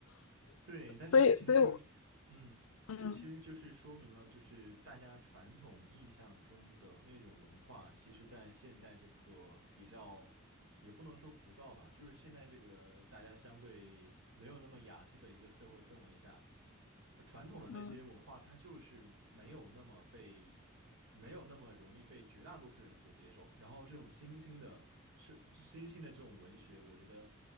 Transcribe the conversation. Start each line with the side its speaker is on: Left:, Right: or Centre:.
Right: 对，但是这其实就是，
Left: 所以，所以我，
Right: 嗯，
Left: 嗯
Right: 这其实就是说明了，就是大家传统印象中的那种文化，其实在现代这个比较，也不能说浮躁吧，就是现在这个大家相对没有那么雅致的一个社会氛围下，呃传统的那些文化，
Left: 嗯。
Right: 它就是没有那么被，没有那么容易被绝大多数人所接受。然后这种新兴的，是这新兴的这种文学，我觉得，